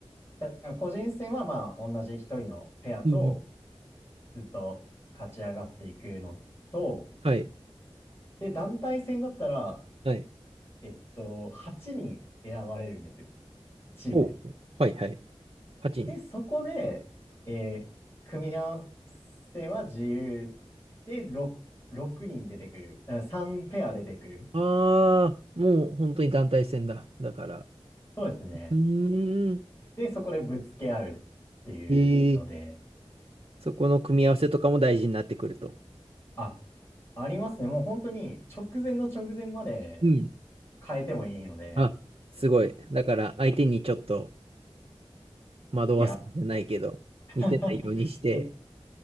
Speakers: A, on the left; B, on the right.
A: だから個人戦はまあ同じ1人のペアと
B: うんうん。
A: ずっと勝ち上がっていくのと、
B: はい。
A: で、団体戦だったら、
B: はい。
A: えっと、8人選ばれるんですよ、チームで。
B: ほう。はいはい。8人。
A: で、そこで、えー組み合わせは自由で6、ろく人出てくる。3ペア出てくる。
B: ああ、もう本当に団体戦だ。だから。
A: そうですね。
B: うーん。
A: で、そこでぶつけ合うっていうので、
B: へえ、そこの組み合わせとかも大事になってくると。
A: あ、ありますね。もう本当に直前の直前まで
B: うん
A: 変えてもいいので、
B: あ、すごい。だから相手にちょっと惑わすんじゃないけど、
A: いや、<laughs>
B: 見せないようにして。
A: え、